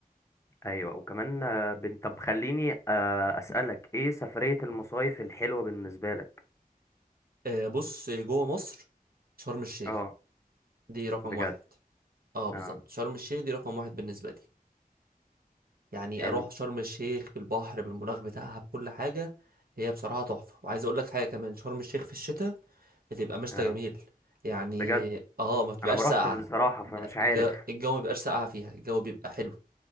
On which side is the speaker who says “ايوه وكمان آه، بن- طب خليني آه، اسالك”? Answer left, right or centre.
Left